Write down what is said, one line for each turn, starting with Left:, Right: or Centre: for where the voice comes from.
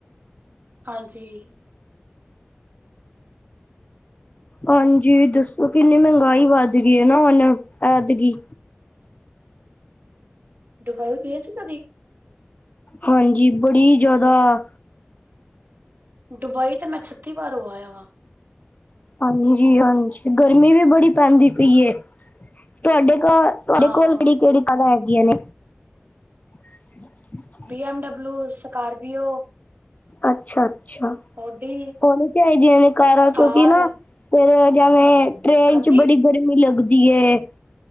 Right: ਹਾਂਜੀ।
Left: ਹਾਂਜੀ ਦੱਸੋ ਕਿੰਨੀ ਮਹਿੰਗਾਈ ਵੱਧ ਗਈ ਹੈ ਨਾ, ਉਹਨ ਐਦਗੀਈ।
Right: ਦੁਬਾਈ ਗਏ ਸੀ ਕਦੀ?
Left: ਹਾਂਜੀ ਬੜੀ ਜਿਆਦਾ।
Right: ਦੁਬਈ ਤੇ ਮੈਂ ਛੱਤੀ ਵਾਰ ਹੋ ਆਇਆ ਵਾਂ।
Left: ਹਾਂਜੀ- ਹਾਂਜੀ ਗਰਮੀ ਵੀ ਬੜੀ ਪੈਂਦੀ ਪਈ ਏ, ਤੁਹਾਡੇ ਘਰ ਤੁਹਾਡੇ
Right: ਹਾਂ,
Left: ਕੋਲ ਕਿਹੜੀ- ਕਿਹੜੀ ਕਲਾ ਹੈਗੀਆਂ ਨੇ। ਹ
Right: ਬੀ ਐਮ ਡਬਲੂ, ਸਕਾਰਬੀਓ।
Left: ਅੱਛਾ -ਅੱਛਾ
Right: ਔਡੀ,
Left: ਹੋਣੀ ਚਾਹੀਦੀਆ ਨੇ ਕਾਰਾਂ। ਕਿਉਂਕਿ
Right: ਥਾਰ
Left: ਨਾ ਫਿਰ ਜਿਵੇਂ ਟ੍ਰੇਨ
Right: ਹਾਂਜੀ,
Left: ਚ ਬੜੀ ਗਰਮੀ ਲੱਗਦੀਏ।